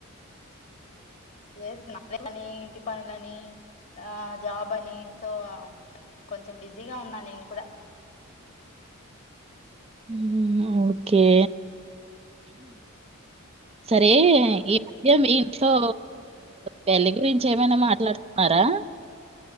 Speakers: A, on the left; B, on the right.
A: ఎస్ మ పని ఇంటి పనులని, ఆ జాబ్ అని, సో కొంచెం బిజీగా ఉన్నా నేను కూడా.
B: హుహు ఓకే సరే ఈ మధ్య మీ ఇంట్లో పెళ్లి గురించి ఏమైనా మాట్లాడుతున్నారా.